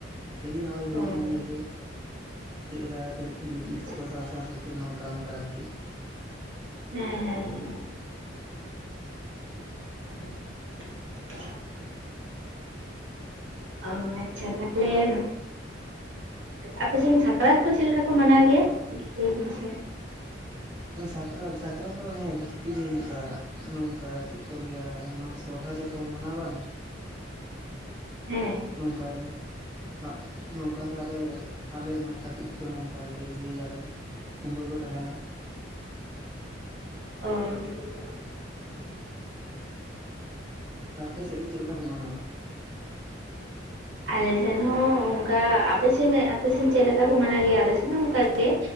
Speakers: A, on the right; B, on the right.
A: ᱟᱰᱤ ᱫᱤᱱ ᱱᱚᱜᱚᱭ ᱦᱩᱞ
B: ᱚ
A: ᱱᱤᱭᱟᱹ ᱜᱮ ᱪᱮᱫ ᱞᱮᱠᱟ ᱠᱟᱛᱮᱫ? ᱵᱨᱤᱴᱤᱥ
B: ᱦᱮᱸ
A: ᱠᱚ ᱥᱟᱥᱚᱱ ᱥᱮ ᱪᱮᱫ ᱱᱚᱝᱠᱟ ᱚᱱᱠᱟ ᱟᱨ ᱠᱤ
B: ᱦᱮᱸ ᱦᱮᱸᱸ <unintelligible> ᱚ ᱟᱪᱷᱟ ᱛᱟᱦᱮᱞᱮ ᱦᱮᱸ ᱟᱯᱮ ᱥᱮᱫ ᱥᱟᱠᱨᱟᱛ ᱠᱚ ᱪᱮᱜ ᱞᱮᱠᱟ ᱠᱚ ᱢᱟᱱᱟᱣ ᱜᱮᱭᱟ? ᱞᱟᱹᱭᱵᱤᱱ ᱥᱮ᱾
A: ᱥᱟᱠᱨᱟᱛ ᱥᱟᱠᱨᱟᱛ ᱦᱮᱸ ᱡᱟᱹᱥᱛᱤ ᱜᱮ ᱦᱩᱭᱩᱜᱼᱟ ᱱᱚᱝᱠᱟ ᱪᱮᱜ ᱠᱚ ᱞᱟᱹᱭᱟ ᱱᱚ ᱥᱚᱨᱦᱟᱭ ᱪᱮᱜ ᱞᱮᱠᱟᱢ ᱵᱚᱱ ᱢᱟᱱᱟᱣ ᱫᱟ
B: ᱦᱮᱸ
A: ᱱᱚᱝᱠᱟ ᱜᱮ᱾ ᱟᱜ ᱱᱚᱝᱠᱟ ᱜᱮ ᱟᱞᱮ ᱟᱞᱮ ᱢᱟᱱᱮ ᱠᱟᱹᱴᱤᱡ ᱠᱚ ᱱᱚᱝᱠᱟ ᱜᱮ ᱤᱭᱟᱹᱭᱟᱞᱮ ᱠᱩᱢᱵᱟᱹ ᱠᱚ ᱛᱟᱦᱮᱱᱟ᱾
B: ᱟᱨ
A: ᱟᱫᱚ ᱟᱯᱮ ᱥᱮᱜ ᱫᱚ ᱪᱮᱜ ᱞᱮᱠᱟ ᱯᱮ ᱢᱟᱱᱟᱣᱟ?
B: ᱟᱞᱮ ᱥᱮᱱ ᱦᱚᱸ ᱚᱝᱠᱟ ᱟᱯᱮ ᱥᱮᱱ ᱟᱯᱮ ᱥᱮᱱ ᱪᱮᱫ ᱞᱮᱠᱟ ᱠᱚ ᱢᱟᱱᱟᱣ ᱜᱮᱭᱟ ᱟᱞᱮ ᱥᱮᱱ ᱦᱚᱸ ᱚᱝᱠᱟ ᱜᱮ᱾